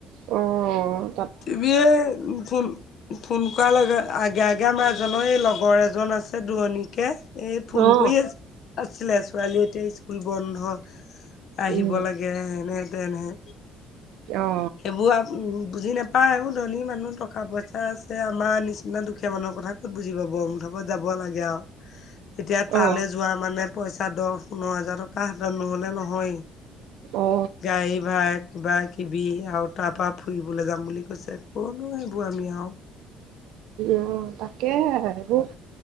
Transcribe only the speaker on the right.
অঁ
অ
উম
অ
অ
অ
অ তাকে এইবোৰ